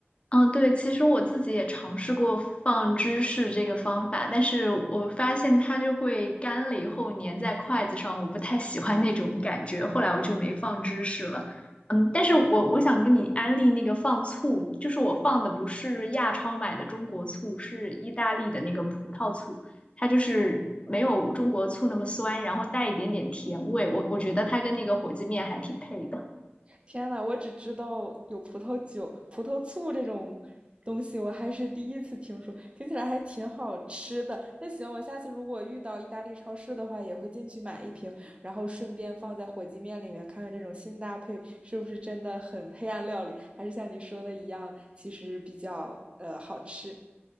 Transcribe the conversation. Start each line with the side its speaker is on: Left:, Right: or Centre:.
Left: 嗯，对，其实我自己也尝试过放芝士这个方法，但是我发现它就会干了以后粘在筷子上，我不太喜欢那种感觉，后来我就没放芝士了。嗯，但是我我想跟你安利那个放醋，就是我放的不是亚超买的中国醋，是意大利的那个葡萄醋，它就是没有中国醋那么酸，然后带一点点甜味，我我觉得它跟那个火鸡面还挺配的。
Right: 天呐，我只知道有葡萄酒、葡萄醋这种东西，我还是第一次听说，听起来还挺好吃的。那行，我下次如果遇到意大利超市的话，也会进去买一瓶，然后顺便放在火鸡面里面，看看这种新搭配是不是真的很黑暗料理，还是像你说的一样，其实比较呃好吃。